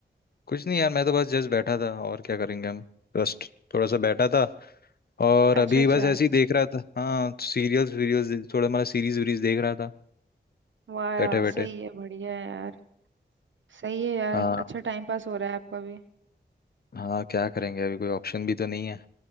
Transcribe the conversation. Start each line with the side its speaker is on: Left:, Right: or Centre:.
Left: कुछ नहीं यार मैं तो बस जस्ट बैठा था और क्या करेंगे हम जस्ट थोड़ा सा बैठा था और अभी
Right: अच्छा अच्छा
Left: बस ऐसे ही देख रहा था हाँ सीरियल्स वीरियल्स थोड़ा मतलब सीरीज वीरीज देख रहा था
Right: वाह
Left: बैठे
Right: वाह
Left: बैठे
Right: सही है बढ़िया है यार सही है यार
Left: हाँ
Right: अच्छा टाइम पास हो रहा है आपका भी
Left: हाँ क्या करेंगे अभी कोई ऑप्शन भी तो नहीं है